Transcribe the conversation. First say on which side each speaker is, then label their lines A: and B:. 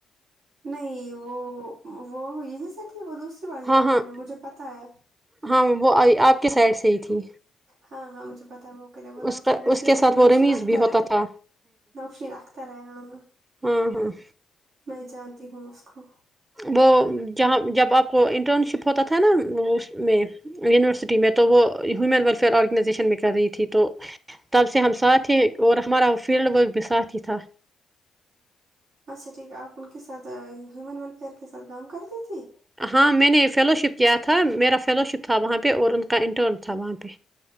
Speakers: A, on the right (about 70°); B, on the right (about 25°).
A: نہیں وہ وہ یہی سے تھی وہ دوسری والی
B: ہاں
A: نوشین
B: ہاں
A: ہے مجھے پتا ہے
B: ہاں وہ آپ کے سائڈ سے ہی تھی
A: ہاں ہاں مجھے پتاہ ہے <unintelligible> وہوکے وہ نوشین
B: اس کا
A: بشیر
B: اس کے
A: نہیں
B: ساتھ
A: وہ نوشین
B: رمیز
A: اختر
B: بھی ہوتا
A: ہے
B: تھا
A: نوشین اختر ہے ہاں
B: ہمم ہمم
A: میں جانتی ہوں اس کو
B: وہ جہاں جب آپ کو انٹرن شپ ہوتا تھا نا اس میں یونیورسٹی میں تو وہ ہیومن ویلفیئر آرگنائزیشن میں کر رہی تھی تو تب سے ہم ساتھی اور ہمارا وہ فیلڈ ورک بھی ساتھ ہی تھا
A: اچھا ٹھیک ہے آپ ان کے ساتھ ہیومن ویلفیئر کے ساتھ کام کرتی تھی
B: ہاں میں نے فیلو شپ کیا تھا میرا فیلو شپ تھا وہاں پہ اور ان کا انٹرن تھا وہاں پہ